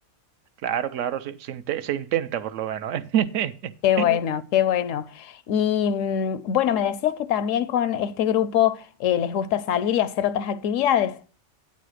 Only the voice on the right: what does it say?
Claro, claro, sí, se, inte- se intenta por lo menos, ¿eh?
<laughs>